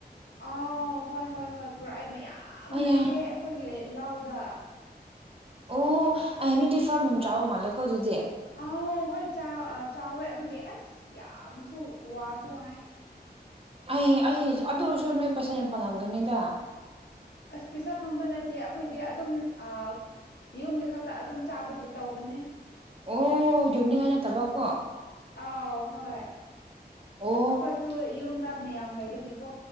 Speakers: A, on the left; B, on the right.
A: ꯑꯥꯎ ꯍꯣꯏ ꯍꯣꯏ ꯍꯣꯏ ꯄꯨꯔꯛꯑꯦ ꯃꯌꯥꯝ
B: ꯑꯌꯥ
A: ꯂꯩꯑꯦ ꯑꯩꯈꯣꯏꯒꯤ ꯂꯧꯗ
B: ꯑꯣꯍꯣ ꯑꯩꯩ ꯅꯣꯏꯗꯤ ꯐꯥꯝ ꯌꯥꯝ ꯆꯥꯎꯕ ꯃꯥꯜꯂꯦꯀꯣ ꯑꯗꯨꯗꯤ
A: ꯑꯥꯎ ꯍꯣꯏ ꯆꯥ ꯆꯥꯎꯋꯦ ꯑꯗꯨꯒꯤ ꯑꯁ ꯌꯥꯝꯁꯨ ꯋꯥꯁꯨ ꯋꯥꯏꯌꯦ
B: ꯑꯩ ꯑꯩ ꯑꯗꯨ ꯑꯣꯏꯔꯁꯨ ꯅꯣꯏ ꯄꯩꯁꯥ ꯌꯥꯝ ꯐꯪꯉꯝꯒꯅꯤꯗ
A: ꯑꯁ ꯄꯩꯁꯥ ꯐꯪꯕ ꯅꯠꯇꯦ ꯑꯩꯈꯣꯏꯗꯤ ꯑꯗꯨꯝ ꯑꯥ ꯌꯨꯝꯒꯤ ꯈꯛꯇ ꯑꯗꯨꯝ ꯆꯥꯕꯒꯤ ꯇꯧꯕꯅꯤ
B: ꯑꯣ ꯌꯣꯟꯅꯤꯡꯉꯥꯏ ꯅꯠꯇꯕꯀꯣ
A: ꯑꯥꯎ ꯍꯣꯏ ꯑꯩꯈꯣꯏꯁꯨ
B: ꯑꯣ
A: ꯌꯨꯝꯗ ꯃꯌꯥꯝ ꯂꯩꯕꯒꯤꯀꯣ